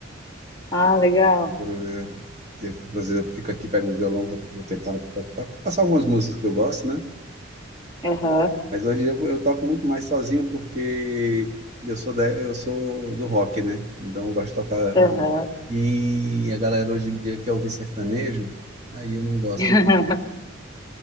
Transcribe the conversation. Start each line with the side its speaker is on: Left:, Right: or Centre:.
Left: Ah, legal.
Right: Eu, eu, eu, às vezes eu fico aqui, pego o violão, vou, vou tentar to- pa- passar algumas músicas que eu gosto, né?
Left: Aham,
Right: Mas hoje eu, eu toco muito mais sozinho porque eu sou da, eu sou do rock, né? Então eu gosto de tocar.
Left: aham.
Right: E a galera hoje em dia quer ouvir sertanejo, aí eu não gosto.
Left: <laughs>